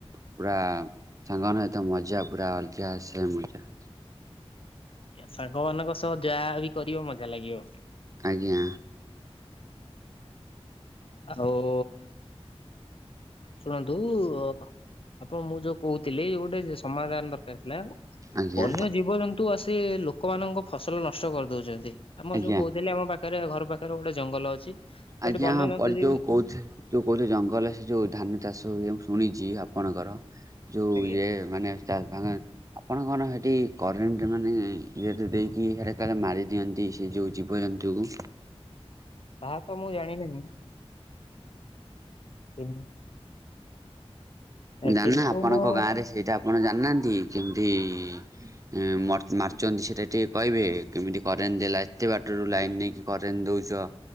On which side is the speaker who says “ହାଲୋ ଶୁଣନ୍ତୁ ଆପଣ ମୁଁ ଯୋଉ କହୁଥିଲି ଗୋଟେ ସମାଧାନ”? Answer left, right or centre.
Left